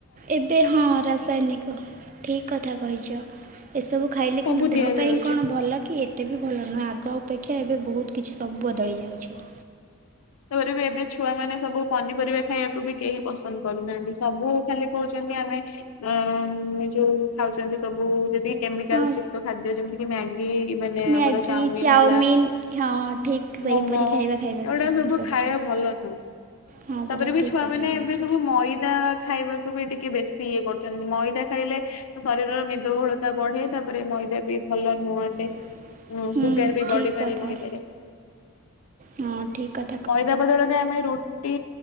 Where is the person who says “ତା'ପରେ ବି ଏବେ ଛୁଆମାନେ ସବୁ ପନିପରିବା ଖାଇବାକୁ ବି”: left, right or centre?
Left